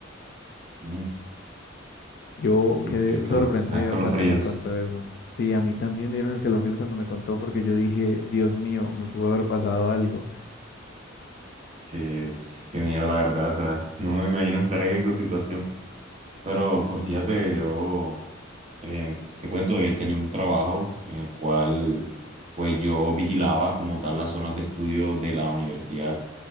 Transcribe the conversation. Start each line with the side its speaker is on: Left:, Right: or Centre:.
Right: Mm,
Left: Yo
Right: <laughs>
Left: quedé
Right: qué calor,
Left: sorprendido
Right: ah, escalofríos.
Left: cuando me contó eso. Sí, a mí también me dieron escalofríos cuando me contó porque yo dije, Dios mío, me pudo haber pasado algo.
Right: Sí, es- qué miedo, la verdad. O sea, <laughs> no me imagino estar en esa situación. Pero pues fíjate, yo eh, te cuento, yo tenía un trabajo en el cual pues yo vigilaba como tal las zonas de estudio de la universidad